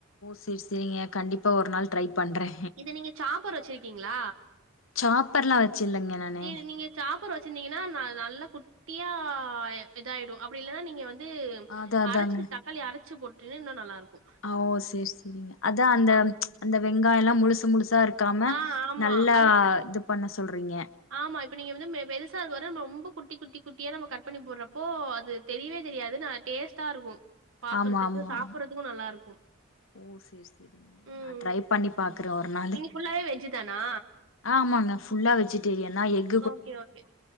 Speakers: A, on the left (about 65°); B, on the right (about 70°).
A: செரி செரிங்க கண்டிப்பா ஒரு நாள் ட்ரை பண்றே
B: இத நீங்க சாப்பர் வச்ருக்கீங்ளா
A: சாப்பர்லா வச்சில்லங்க நானு
B: நீ நீங்க சாப்பர் வச்சிருந்தீங்கன்னா ந நல்லா குட்டியா இதாயிடு அப்டி இல்லனா நீங்க வந் வந்து
A: அதா அதாங்க
B: அரச்சு தக்காளி அரச்சு போட்டீன்னா இன்னு நல்லா இருக்கு
A: ஆ வோ செரி செரிங்க அதா அந்த
B: ஆமா
A: அந்த வெங்காயோல்லா முழுசு முழுசா இருக் காம
B: ஆ ஆமா
A: நல்லா
B: அந்த
A: இது பண்ண சொல்றீங்க
B: ஆமா இப்ப நீங்க வந்து மெ பெருசாக வர ரொம்ப குட்டி குட்டி குட்டியா நம்ம கட் பண்ணி போட்றப்போ அது தெரியவே தெரியாது நா டேஸ்ட்டா இருக்கு பாக்குறதுக்கு
A: ஆமா ஆமா
B: சாப்பறதுக்கு நல்லா இருக்கும்
A: ஓ சேரி சேரிங்க
B: ம்
A: நா ட்ரை பண்ணி பாக்கறே ஒரு நா
B: நீங்க ஃபுல்லாவே வெஜ்ஜு தானா
A: ஆமாங் நா ஃபுல்லா வெஜிடேரியன் தான் எக்
B: ஓகே ஓகே